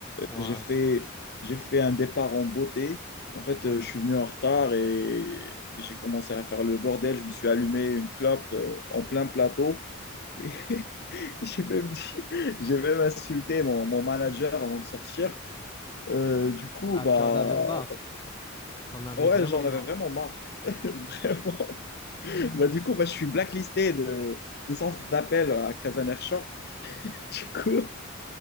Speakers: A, on the left (about 20°); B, on the left (about 55°).
A: Ouais.
B: J'ai fait, j'ai fait un départ en beauté. En fait, euh, je suis venu en retard et, et j'ai commencé à faire le bordel. Je me suis allumé une clope euh, en plein plateau. Et <laughs> j'ai même dit, j'ai même insulté mon, mon manager avant de sortir. Euh, du coup,
A: Ah,
B: bah,
A: tu en avais marre. T'en avais
B: ouais,
A: vraiment
B: j'en
A: marre.
B: avais vraiment marre. <laughs> Vraiment. Bah, du coup, bah, je suis blacklisté de, de centre d'appel à Casaner Shore. <laughs> Du coup,